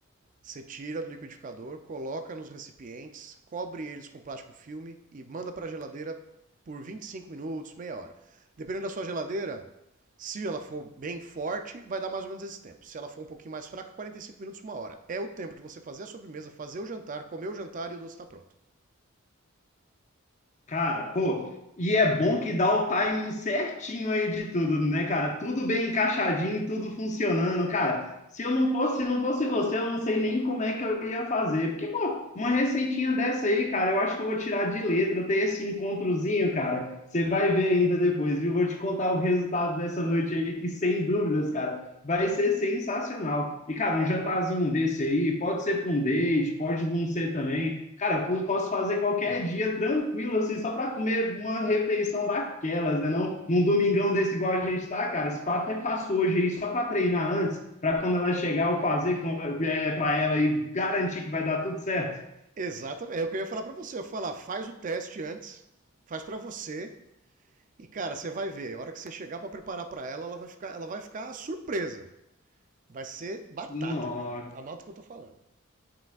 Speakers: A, on the right; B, on the left.
A: Você tira do liquidificador, coloca nos recipientes, cobre eles com plástico filme e manda para a geladeira por 25 minutos, meia hora. Dependendo da sua geladeira, se ela for bem forte, vai dar mais ou menos esse tempo. Se ela for um pouquinho mais fraca, 45 minutos, uma hora. É o tempo de você fazer a sobremesa, fazer o jantar, comer o jantar e o doce está pronto.
B: Cara, pô, e é bom que dá o timing certinho aí de tudo, né, cara? Tudo bem encaixadinho, tudo funcionando, cara. Se eu não fosse, se não fosse você, eu não sei nem como é que eu ia fazer. Porque, pô, uma receitinha dessa aí, cara, eu acho que eu vou tirar de letra, ter esse encontrozinho, cara. Você vai ver ainda depois, viu? Vou te contar o resultado dessa noite aí, que sem dúvidas, cara, vai ser sensacional. E, cara, um jantarzinho desse aí, pode ser para um date, pode não ser também. Cara, eu posso fazer qualquer dia tranquilo, assim, só para comer uma refeição daquelas, né? Não, num domingão desse igual a gente tá, cara. Se pá, até faço hoje aí só para treinar antes, para quando ela chegar eu fazer com, é, para ela e garantir que vai dar tudo certo.
A: Exatamente, é o que eu ia falar para você. Eu ia falar, faz o teste antes, faz para você e cara, você vai ver. A hora que você chegar para preparar para ela, ela vai ficar, ela vai ficar surpresa. Vai ser batata,
B: Não,
A: cara. Anota o que eu tô falando.